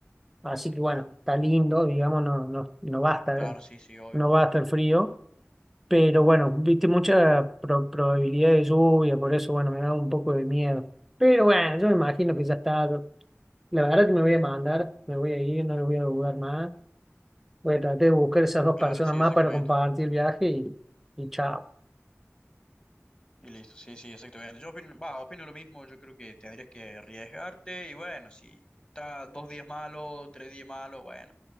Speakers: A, in the centre; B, on the left (about 20°).
A: así que bueno, está lindo, digamos, no, no, no va a estar,
B: Claro, sí, sí, obvio.
A: no va a estar frío, pero bueno, viste mucha pro- probabilidad de lluvia, por eso bueno, me da un poco de miedo. Pero bueno, yo me imagino que ya está, la verdad que me voy a mandar, me voy a ir, no lo voy a dudar más, voy a tratar de buscar esas dos
B: Claro,
A: personas
B: sí,
A: más
B: exactamente.
A: para compartir el viaje y, y chao,
B: Y listo, sí, sí, exactamente. Yo opino, va, opino lo mismo, yo creo que tendrías que arriesgarte y bueno, si está dos días malo, tres días malo, bueno,